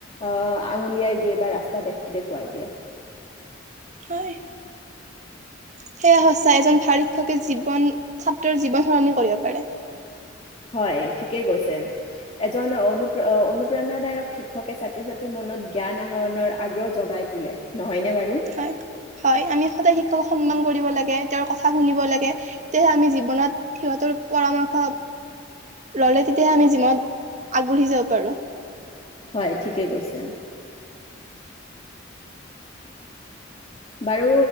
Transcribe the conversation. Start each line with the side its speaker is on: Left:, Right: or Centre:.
Left: অ' আঙুলিয়াই দিয়ে বা ৰাস্তা দেখুৱাই দিয়ে।
Right: হয়। সেয়া সঁচা। এজন ভাল শিক্ষকে জীৱন, ‌ ছাত্ৰৰ জীৱন সলনি কৰিব পাৰে।
Left: হয় ঠিকেই কৈছে। এজন অনু, অনুপ্ৰেৰণাদায়ক শিক্ষকে ছাত্ৰ ছাত্ৰীৰ মনত জ্ঞান আহৰণৰ আগ্ৰহ জগাই তোলে। নহয় নে বাৰু?
Right: হয়। হয়। আমি সদায় শিক্ষকক সন্মান কৰি দিব লাগে, তেওঁৰ কথা শুনিব লাগে, ‌ তেতিয়া হে আমি জীৱনত সিহঁতৰ পৰামৰ্শ ল'লে তেতিয়াহে আমি জীৱনত, আগবাঢ়ি যাব পাৰোঁ।
Left: হয় ঠিকেই কৈছে । বাৰু,